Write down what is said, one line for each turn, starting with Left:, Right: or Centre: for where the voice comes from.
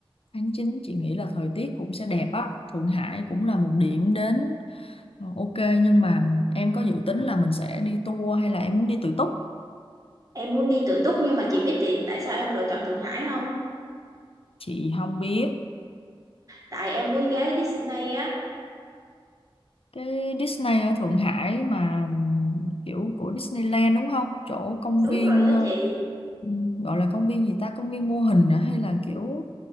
Left: tháng 9 chị nghĩ là thời tiết cũng sẽ đẹp á. Thượng Hải cũng là một điểm đến ờ, ok. Nhưng mà em có dự tính là mình sẽ đi tour hay là em muốn đi tự túc?
Right: em muốn đi tự túc nhưng mà chị biết tại tại sao em lựa chọn Thượng Hải không?
Left: Chị không biết.
Right: Tại em muốn ghé Disney á.
Left: cái Disney ở Thượng Hải mà ừm, kiểu của Disneyland đúng không chỗ công
Right: Đúng
Left: viên
Right: rồi đó
Left: ờ,
Right: chị,
Left: ừm, gọi là công viên gì ta công viên mô hình à? hay là kiểu